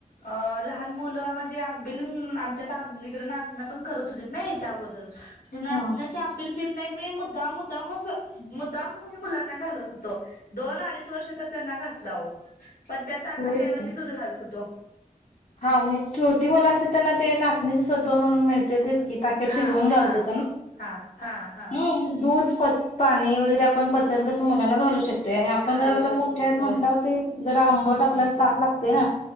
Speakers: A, on the left (about 80°); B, on the left (about 45°).
A: अ लहान मुलं म्हणजे आंबिल आमच्यात आंबकडे नाचणं पण करत होतीत ने हेच्या अगोदर नाचण्याची
B: हा
A: आंबिल पित नाहीत मी मुद्दाम मु मुद्दाम असं मुद्दाम म्हणजे मुलांना घालत होतो दोन अडीच वर्ष तर त्यांना घातल आहो पण त्यात ताकाच्याऐवजी
B: होयच की
A: दूध घालत होते.
B: हा म्हणजे छोटी मुलं असतात त्यांना ते नाचणीच स्वत्व म्हणून मिळते तेच की पॅकेट
A: हा
B: शिजवून घालत
A: हा
B: होत्या ना
A: हा हा हा
B: म दूध प पाणी वगैरे आपण पचल तसं मुलांना घालू शकतोय आणि आपण
A: घालू
B: जर आता
A: शकते
B: मोठे आहेत
A: होय
B: म्हटल्यावर ते जरा आंबट आपल्याला ताक लागतयं ना